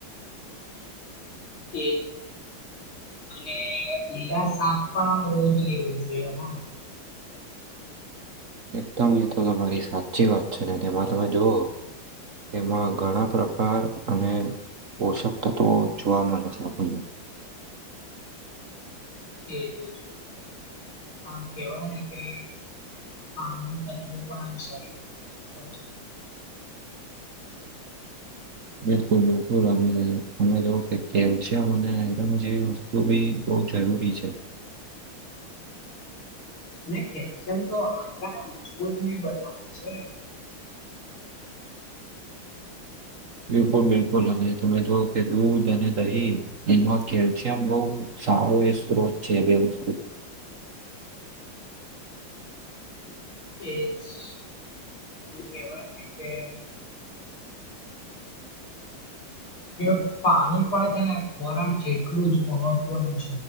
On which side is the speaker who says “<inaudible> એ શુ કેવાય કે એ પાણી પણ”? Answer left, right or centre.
Left